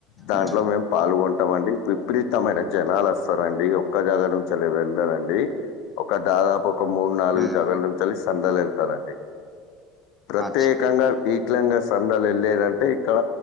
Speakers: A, on the left; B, in the centre.
A: దాంట్లో
B: ఉమ్
A: మేము పాల్గొంటామ అండి విపరీతమైన జనాలు వస్తారండి ఒక్క జాగా నుంచి అళ్ళ వెళ్ళారండి ఒక దాదాపు ఒక మూడు నాలుగు
B: ఉమ్
A: జాగాల నుంచి సందాలు వెళ్తారండి ప్రత్యేకంగా
B: అచ్చా
A: వీట్లలంగా సందాలు వెళ్ళలేదంటే ఇక్కడ